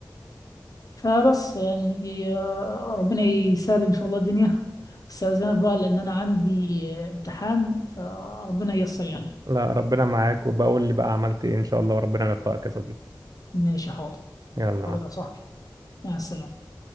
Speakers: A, on the left; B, on the right.
A: فبس يعني آه، ربنا يسهل إن شاء الله الدنيا استأذنك بقى لأن أنا عندي آه، امتحان فربنا ييسر يعني
B: لا ربنا معاك وبقول لي بقى عملت ايه إن شاء الله وربنا يوفقك يا صديقي
A: ماشي حاضر
B: يلا
A: حاضر
B: مع السلامة
A: يا صاحبي مع السلامة